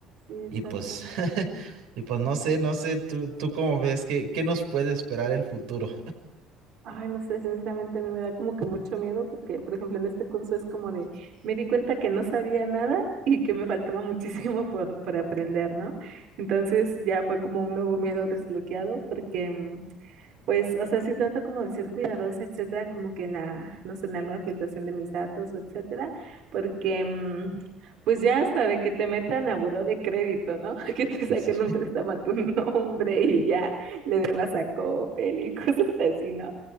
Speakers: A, on the right; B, on the right.
A: sí, exacto.
B: Y pues, <laughs> y pues no sé, no sé, tú, tú cómo ves, ¿qué, qué nos puede esperar el futuro?
A: Ay, no sé, sinceramente a mí me da como que mucho miedo porque, por ejemplo, en este curso es como de, me di cuenta que no sabía nada y que me faltaba <laughs> muchísimo por, por aprender, ¿no? Entonces ya fue como un nuevo miedo desbloqueado porque mm, Pues, o sea, sí trato como de ser cuidadosa, etcétera, como que en la, no sé, en alguna filtración de mis datos, etcétera, porque, mm, pues ya hasta de que te metan a buró de crédito, ¿no? <laughs> Que te saquen
B: <laughs> Sí.
A: un préstamo a tu nombre y ya le debas a Coppel y <laughs> cosas así, ¿no?